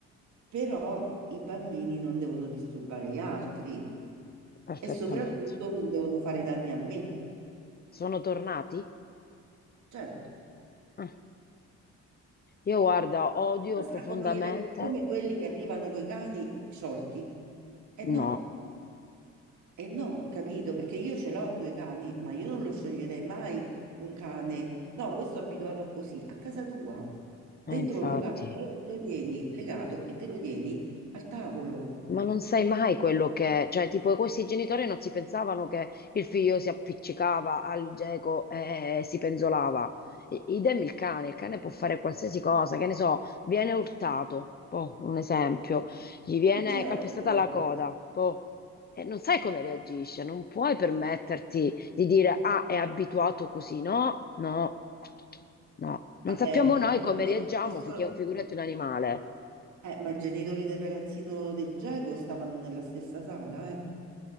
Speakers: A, on the right (about 70°); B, on the left (about 30°).
A: però i bambini non devono disturbare gli altri
B: Perfettamente.
A: e soprattutto non devono fare danni a me.
B: sono tornati.
A: Certo,
B: Eh, Io guarda, odio
A: basta
B: profondamente.
A: come, le- come quelli che arrivano coi cani sciolti. E no.
B: No,
A: E no, capito? Perché io ce l'ho due cani, ma io non lo scioglierei mai un cane. No, questo è abituato così, a casa tua, dentro
B: eh, Mm. infatti.
A: un locale, lo tieni legato e te lo tieni al tavolo.
B: Ma non sai mai quello che, cioè, tipo, questi genitori non si pensavano che il figlio si appiccicava al geco e si penzolava. I- Idem il cane, il cane può fare qualsiasi cosa, che ne so, viene urtato, boh, un esempio, gli viene
A: Eh, Certo.
B: calpestata la coda, boh, e non sai come reagisce, non puoi permetterti di dire, ah, è abituato così, no, no, no, non
A: Vabbè,
B: sappiamo noi
A: i genitori
B: come reagiamo,
A: di questo-
B: fichi- figurati un animale.
A: eh, ma i genitori del ragazzino del Geco stavano nella stessa sala, eh.